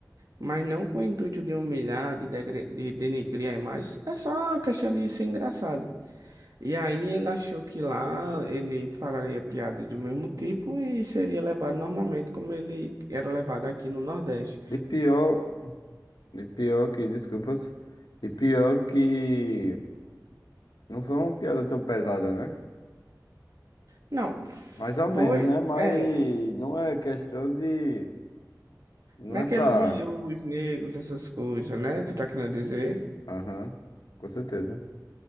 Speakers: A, on the right (about 55°); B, on the left (about 75°).
A: mas não com o intuito de humilhar, de, degre- de denegrir a imagem, é só questão de ser engraçado. E aí ele achou que lá ele faria piadas do mesmo tipo e seria levado normalmente como ele era levado aqui no Nordeste.
B: E pior, e pior que, desculpas, e pior que não foi uma piada tão pesada, né?
A: Não, foi,
B: Mais ou menos, né? Mas
A: é,
B: não é questão de. Não
A: naquele
B: é pra.
A: humilhou os negros, essas coisas, né? Tu tá querendo dizer?
B: Aham, com certeza.